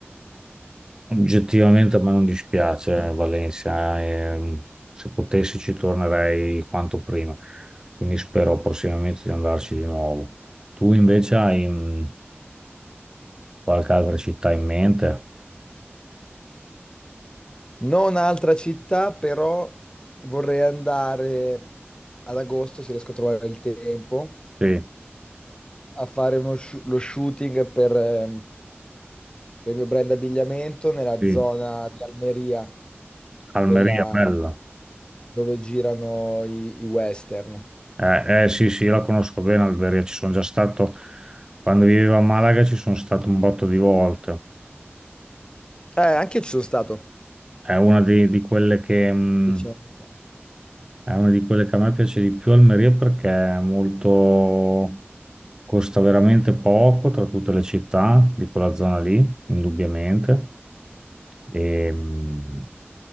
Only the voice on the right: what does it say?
Oggettivamente a me non dispiace eh, Valencia, ehm, se potessi ci tornerei quanto prima, quindi spero prossimamente di andarci di nuovo. Tu invece hai mm, qualche altra città in mente?
Sì,
sì,
Almeria,
bella.
Eh, eh, sì, sì, io la conosco bene Alberia, ci sono già stato, quando vivevo a Malaga ci sono stato un botto di volte.
È una di, di quelle che, mh,
è una di quelle che a me piace di più Almeria perché è molto, costa veramente poco tra tutte le città di quella zona lì, indubbiamente. E, mh,